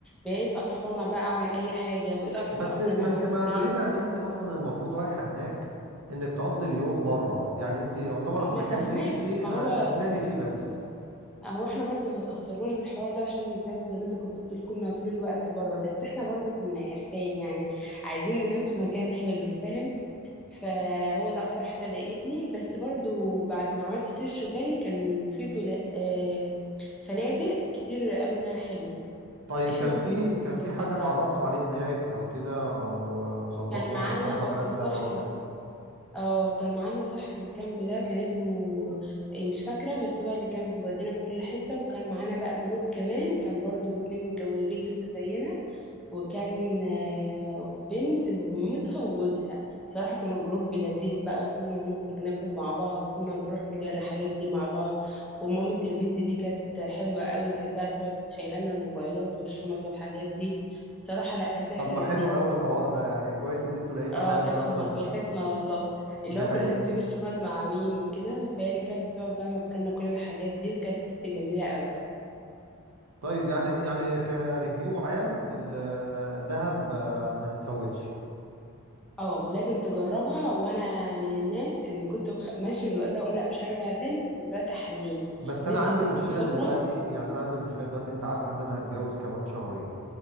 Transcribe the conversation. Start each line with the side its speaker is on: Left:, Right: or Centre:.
Centre: بقيت قرفانة بقى أعمل أي حاجة بقيت قرفانة
Right: بس
Centre: أصلا
Right: بس
Centre: أنام على
Right: ما
Centre: السرير
Right: علينا ان انت اصلا المفروض رايحة هناك انك تقضي اليوم بره يعني انت يعتبر
Centre: أنا
Right: المكان
Centre: فاهماك
Right: اللي انت فيه
Centre: ما هو
Right: ه- هتنامي فيه بس
Centre: هو احنا برضو ما تأثرناش بالحوار ده عشان فعلا زي ما انت كنت بتقول كنا طول الوقت بره بس احنا برضو كنا عرسان يعني عايزين ننام في مكان حلو فاهم فهو ده اكتر حاجه ضايقتني بس برضو بعد ما عملت سيرش وتاني كان في تول- آه، فنادق كتير قالوا انها حلوه
Right: طيب
Centre: احنا
Right: كان
Centre: ممكن
Right: في
Centre: نكون
Right: كان
Centre: كنا
Right: في
Centre: اتسرعنا
Right: حد اتعرفتوا عليه هناك او كده و- وظبطتوا
Centre: كان معانا
Right: مثلا طلعتوا
Centre: اه
Right: رحلات سوا
Centre: صاحب
Right: وكده
Centre: اه كان معانا صاحب الكامب ده كان اسمه إيه مش فاكره بس هو اللي كان بيودينا في كل حته وكان معانا بقى جروب كمان كان برضو اتنين متجوزين لسه زينا وكان آه، بنت بمامتها وجوزها صراحة كانوا جروب لذيذ بقى وكنا بنخرج ناكل مع بعض وكنا بنروح كل الرحلات دي مع بعض ومامة البنت دي كانت حلوة قوي كانت بقى تقعد شايلانا الموبايلات والشنط والحاجات دي صراحة لا كانت رحلة
Right: طب ما
Centre: لذيذة
Right: حلو قوي الحوار ده يعني كويس ان انتوا لقيتوا
Centre: اه
Right: حد
Centre: كانت
Right: اصلا
Centre: في مصلحتنا والله اللي
Right: دي
Centre: هو
Right: حقيقة
Centre: كنا هنسيب الشنط مع مين وكده فهي اللي كانت بتقعد بقى ماسكالنا كل الحاجات دي وكانت ست جميلة قوي
Right: طيب يعني يعني كريفيو عام ال- الذهب آه، ما تتفوتش
Centre: اه لازم تجربها وانا من الناس ان كنت بخ- ماشيه من وقتها اقول لا مش هرجع تاني بس دلوقتي حنيت
Right: بس انا
Centre: ولسه
Right: عندي
Centre: كنت
Right: مشكله
Centre: من فتره
Right: دلوقتي يعني انا عندي مشكله دلوقتي انت عارفه ان انا هتجوز كمان شهرين